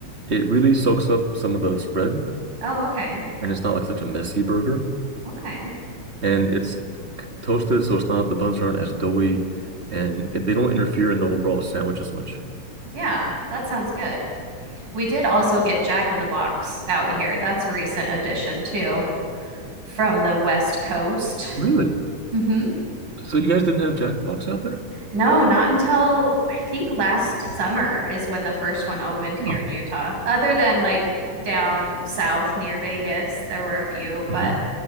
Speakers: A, on the right; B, on the right.
A: It really soaks up some of the spread
B: Oh, okay.
A: and it's not like such a messy burger.
B: Okay.
A: And it's toasted, so it's not, the buns aren't as doughy and it, they don't interfere in the overall sandwich as much.
B: Yeah, that sounds good. We did also get Jack in the Box out here. That's a recent addition too from the West Coast.
A: Really?
B: hmm
A: So you guys didn't have Jack in the Box out there?
B: No, not until I think last summer is when the first one opened here
A: Oh.
B: in Utah. Other than like down south near Vegas, there were a few, but
A: hmm